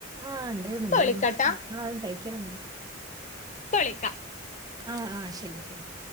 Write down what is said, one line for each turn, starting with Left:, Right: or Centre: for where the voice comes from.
Right: ആഹ് ഉണ്ടെരുന്നു
Left: ഇപ്പ
Right: ഉണ്ടെരുന്നു
Left: വിളിക്കാട്ടാ
Right: നമ്മളാരും കഴിക്കലൊന്നുല്ല
Left: പ്പ വിളിക്ക
Right: ആഹ് ആഹ് ശരി ശരി